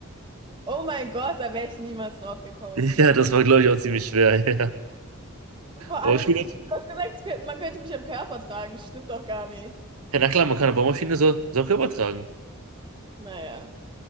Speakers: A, on the right (about 20°); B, on the right (about 75°).
A: Oh mein Gott, da wäre ich niemals drauf gekommen.
B: Ja, das war, glaube ich, auch ziemlich schwer. <laughs> Ja.
A: Und vor
B: Aber
A: allem,
B: Schuhlöffel.
A: <laughs> du hast gesagt, ich könnte, man könnte mich am Körper tragen. Das stimmt doch gar nicht.
B: Ja, na klar, man kann eine Baumaschine so, so auch übertragen.
A: Naja.